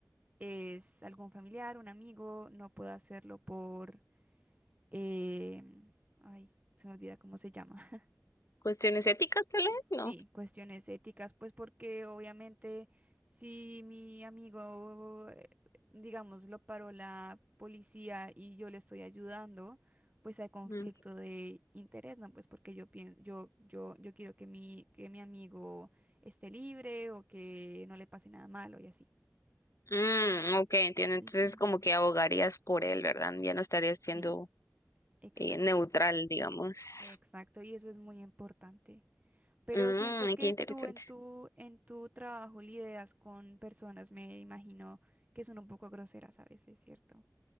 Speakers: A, on the right (about 30°); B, on the left (about 75°).
A: es algún familiar, un amigo, no puedo hacerlo por eh, ay, se me olvida cómo se llama. <laughs>
B: ¿Cuestiones éticas tal vez?
A: Sí,
B: No.
A: cuestiones éticas, pues porque obviamente si mi amigo, eh, digamos, lo paró la policía y yo le estoy ayudando, pues hay conflicto
B: Mm.
A: de interés, ¿no? Pues porque yo pienso, yo, yo, yo quiero que mi, que mi amigo esté libre o que no le pase nada malo y así.
B: Mm, ok, entiendo.
A: Sí,
B: Entonces
A: sí.
B: como que abogarías por él, ¿verdad? Ya no estarías siendo
A: Sí, exacto,
B: eh, neutral, digamos.
A: exacto. Y eso es muy importante. Pero
B: Mm,
A: siento que
B: qué interesante.
A: tú en tu, en tu trabajo lidias con personas, me imagino que son un poco groseras a veces, ¿cierto?